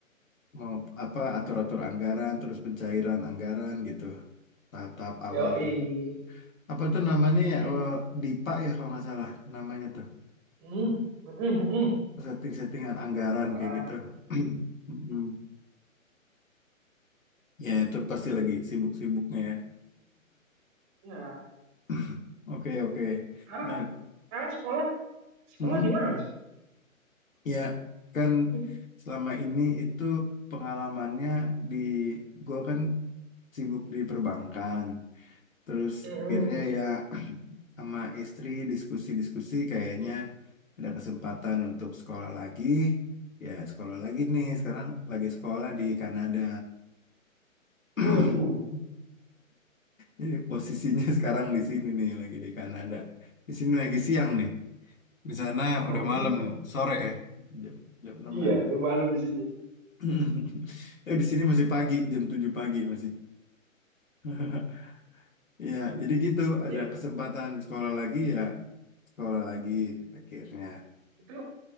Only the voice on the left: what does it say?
mau apa atur-atur anggaran terus pencairan anggaran gitu tahap-tahap awal
tuh apa tuh namanya ya
eh, DIPA ya kalau nggak salah namanya tuh
setting-settingan anggaran
kayak gitu <clears throat> mm ya itu pasti lagi sibuk-sibuknya ya
<clears throat> Oke, oke.
Nah,
mm,
ya kan
selama ini itu pengalamannya di gua kan sibuk di perbankan. Terus
akhirnya ya <clears throat> sama istri diskusi-diskusi kayaknya ada kesempatan untuk sekolah lagi. Ya sekolah lagi nih sekarang lagi sekolah di Kanada. <clears throat>
Jadi posisinya <laughs> sekarang di sini nih lagi di Kanada. Di sini lagi siang nih. Di sana
udah malam sore ya jam jam 6
<laughs> Ya <clears throat> di sini masih pagi jam 7 pagi masih. <laughs> ya jadi gitu
ada kesempatan sekolah lagi ya sekolah lagi akhirnya.